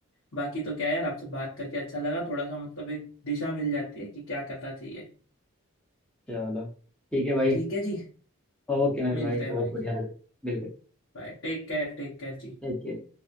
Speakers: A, on the left (about 60°); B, in the centre.
A: बाकी तो क्या यार आपसे बात करके अच्छा लगा थोड़ा सा मतलब एक दिशा मिल जाती है कि क्या करना चाहिए
B: चलो ठीक है भाई
A: ठीक है जी
B: ओके मेरे
A: मिलते
B: भाई
A: हैं
B: बहुत
A: भाई
B: बढ़िया लगा बिल्कुल
A: Bye take care take care जी
B: Take care